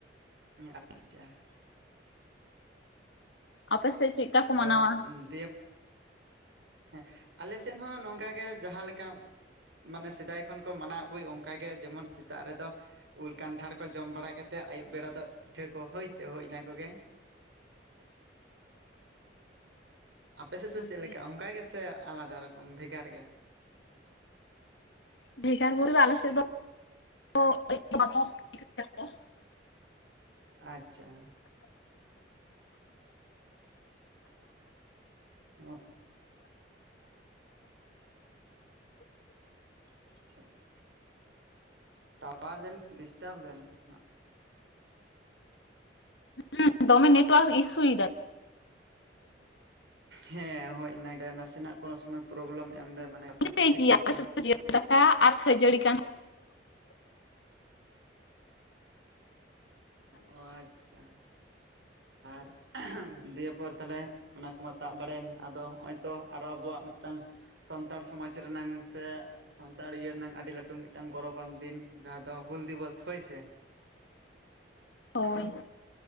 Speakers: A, on the right; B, on the left.
A: <unintelligible>
B: ᱟᱯᱮ ᱥᱮᱫ ᱪᱮᱫ ᱞᱮᱠᱟ ᱠᱚ
A: ᱟᱫᱚ
B: ᱢᱟᱱᱟᱣᱟ
A: ᱫᱮᱯ ᱦᱮᱸ ᱟᱞᱮ ᱥᱮᱫ ᱦᱚᱸ ᱱᱚᱝᱠᱟ ᱜᱮ ᱡᱟᱦᱟᱸ ᱞᱮᱠᱟ ᱢᱟᱱᱮ ᱥᱮᱫᱟᱭ ᱠᱷᱚᱱ ᱠᱚ ᱢᱟᱱᱟᱣ ᱟᱹᱜᱩᱭ ᱚᱱᱠᱟᱜᱮ ᱡᱮᱢᱚᱱ ᱥᱮᱛᱟᱜ ᱨᱮᱫᱚ ᱩᱞ ᱠᱟᱱᱴᱷᱟᱲ ᱠᱚ ᱡᱚᱢ ᱵᱟᱲᱟ ᱠᱟᱛᱮᱫ ᱟᱹᱭᱩᱵ ᱵᱮᱲᱟ ᱫᱚ ᱯᱤᱴᱷᱟᱹ ᱠᱚ ᱦᱳᱭ ᱥᱮ ᱦᱳᱭ ᱤᱱᱟᱹ ᱠᱚᱜᱮ ᱟᱯᱮᱥᱮᱫ ᱫᱚ
B: ᱦᱳᱭᱛᱚ
A: ᱪᱮᱫ ᱞᱮᱠᱟ ᱚᱱᱠᱟ ᱜᱮ ᱥᱮ ᱟᱞᱟᱫᱟ ᱨᱚᱠᱚᱢ ᱵᱷᱮᱜᱟᱨ ᱜᱮᱭᱟ
B: ᱵᱷᱮᱜᱟᱨ ᱵᱚᱞᱮ ᱫᱚ <unintelligible>
A: ᱟᱪᱪᱷᱟ ᱚ <unintelligible> ᱴᱟᱣᱟᱨ ᱡᱟᱹᱱᱤᱡ ᱰᱤᱥᱴᱟᱵᱽ ᱫᱟᱭ ᱱᱟᱥᱮᱱᱟᱜ
B: <unintelligible> ᱫᱚᱢᱮ ᱱᱮᱴᱣᱟᱨᱠ ᱤᱥᱥᱩ ᱮᱫᱟᱭ
A: ᱦᱮᱸ ᱦᱳᱭ ᱤᱱᱟᱹᱜᱮ ᱱᱟᱥᱮᱱᱟᱜ ᱠᱳᱱᱳ ᱥᱚᱢᱚᱭ ᱯᱨᱚᱵᱞᱮᱢ ᱮᱢᱫᱟᱭ ᱢᱟᱱᱮ ᱠᱟᱛᱷᱟ
B: <unintelligible>
A: ᱠᱚ ᱴᱷᱤᱠ ᱢᱚᱛᱚ
B: ᱟᱞᱮ ᱥᱮᱫ ᱫᱚ ᱡᱤᱞ ᱫᱟᱠᱟ ᱟᱨ ᱠᱷᱟᱹᱡᱟᱹᱲᱤ ᱠᱟᱱ
A: ᱚ ᱟᱪᱪᱷᱟ ᱟᱨ ᱫᱤᱭᱮ ᱯᱚᱨ ᱛᱟᱦᱚᱞᱮ ᱚᱱᱟ ᱠᱚᱢᱟ ᱛᱟᱵ ᱵᱟᱲᱟᱭᱮᱱ ᱟᱫᱚ ᱦᱚᱸᱜᱼᱚᱭ ᱛᱚ ᱟᱨᱚ ᱟᱵᱚᱣᱟᱜ ᱢᱤᱫᱴᱟᱝ ᱥᱟᱱᱛᱟᱲ ᱥᱚᱢᱟᱡᱽ ᱨᱮᱱᱟᱝ ᱥᱮ ᱥᱟᱱᱛᱟᱲ ᱤᱭᱟᱹᱱᱟᱝ ᱟᱹᱰᱤ ᱞᱟᱹᱴᱩ ᱢᱤᱫᱴᱟᱝ ᱜᱚᱨᱚᱵᱟᱱ ᱫᱤᱱ ᱡᱟᱦᱟᱸ ᱫᱚ ᱦᱩᱞ ᱫᱤᱵᱚᱥ ᱦᱳᱭ ᱥᱮ
B: ᱦᱳᱭ